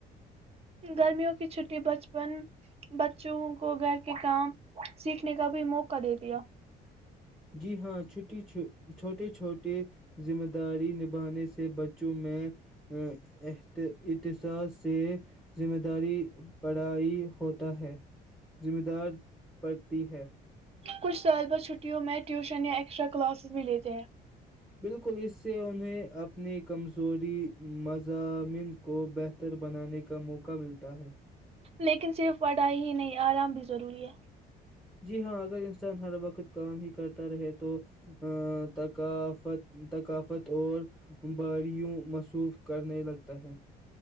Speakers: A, on the right (about 35°); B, in the centre.
A: گرمیوں کی چھٹی بچپن بچوں کو گھر کے کام سیکھنے کا بھی موقع دے دیا
B: جی ہاں چھٹی چ چھوٹے چھوٹے ذمہ داری نبھانے سے بچوں میں ا احتسس سے ذمہ داری پڑھائی ہوتا ہے ذمہ دار پڑتی ہے
A: کچھ سال بعد چھٹیوں میں ٹیوشن یا ایکسٹرا کلاسز بھی لیتے ہیں
B: بالکل اس سے انہیں اپنی کمزوری مضامین کو بہتر بنانے کا موقع ملتا ہے
A: لیکن صرف پڑھائی ہی نہیں آرام بھی ضروری ہے
B: جی ہاں اگر انسان ہر وقت کام ہی کرتا رہے تو ثقافت ثقافت اور باریوں مصروف کرنے لگتا ہے